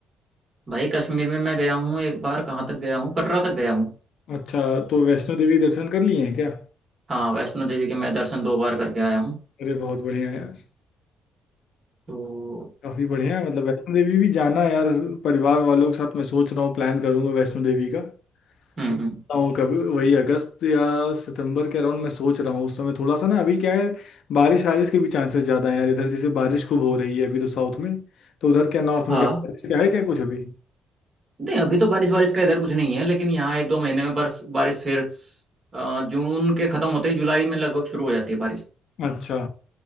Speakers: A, on the right (about 35°); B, on the left (about 70°).
A: भाई कश्मीर में मैं गया हूँ एक बार कहाँ तक गया हूँ कटरा तक गया हूँ
B: अच्छा तो वैष्णो देवी दर्शन कर लिए हैं क्या
A: हाँ वैष्णो देवी के मैं दर्शन दो बार करके आया हूँ
B: अरे बहुत बढ़िया यार
A: तो
B: काफी बढ़िया है मतलब वैष्णो देवी भी जाना है यार परिवार वालों के साथ मैं सोच रहा हूँ प्लान करूंगा वैष्णो देवी का तो
A: हम्म
B: सोचता
A: हम्म
B: हूँ कभी वही अगस्त या सितंबर के अराउंड मैं सोच रहा हूँ उस समय थोड़ा सा ना अभी क्या है बारिश वारिश के भी चांसेस ज्यादा है यार इधर जैसे बारिश खूब हो रही है अभी तो साउथ में तो उधर क्या नॉर्थ
A: हाँ
B: में क्या बारिश क्या है क्या कुछ अभी
A: नहीं अभी तो बारिश बारिश का इधर कुछ नहीं है लेकिन यहाँ एक दो महीने में बर्स बारिश फिर अ, जून के खत्म होते ही जुलाई में लगभग शुरू हो जाती है बारिश
B: अच्छा